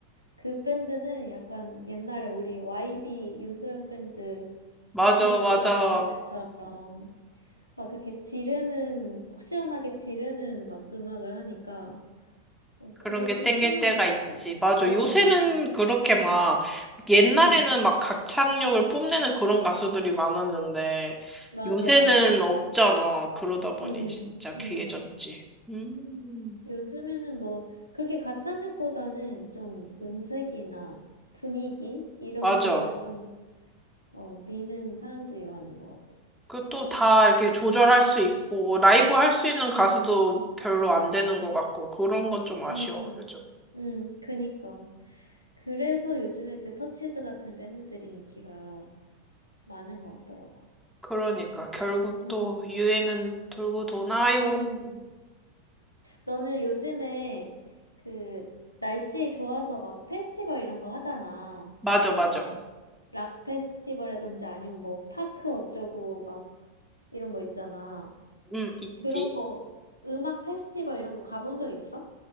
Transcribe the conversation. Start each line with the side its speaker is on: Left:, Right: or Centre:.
Left: 그 밴드는 약간 옛날에 우리 YB 윤도현 밴드
Centre: 맞아,
Left: 엄청 인기
Centre: 맞아.
Left: 많았을 때처럼 막 그렇게 지르는, 속 시원하게 지르는 막 음악을 하니까 어, 그게
Centre: 그런 게
Left: 좀
Centre: 땡길
Left: 시원하더라고.
Centre: 때가 있지. 맞아.
Left: 어, 어.
Centre: 요새는 그렇게 막, 옛날에는
Left: 응.
Centre: 막 가창력을 뽐내는 그런 가수들이 많았는데,
Left: 맞아,
Centre: 요새는
Left: 맞아.
Centre: 없잖아. 그러다 보니
Left: 응,
Centre: 진짜
Left: 응.
Centre: 귀해졌지. 음,
Left: 요즘에는 뭐 그렇게 가창력보다는 좀 음색이나 분위기 이런
Centre: 맞아.
Left: 걸로 좀 어, 미는 사람들이 많은 것 같아.
Centre: 그 또 다 이렇게 조절할 수 있고, 라이브 할 수 있는
Left: 응.
Centre: 가수도 별로 안 되는 것 같고, 그런 건 좀 아쉬워,
Left: 음,
Centre: 요즘.
Left: 음, 그니까. 그래서 요즘에 그 터치드 같은 밴드들이 인기가 많은 것 같더라고.
Centre: 그러니까 결국
Left: 음,
Centre: 또 유행은 돌고 도나요.
Left: 음. 너는 요즘에 그 날씨 좋아서 막 페스티벌 이런 거 하잖아.
Centre: 맞아, 맞아.
Left: 뭐, 락 페스티벌이라든지 아니면 뭐, 파크 어쩌고 막 이런 거 있잖아.
Centre: 음, 있지.
Left: 그런 거, 음악 페스티벌 이런 거 가본 적 있어?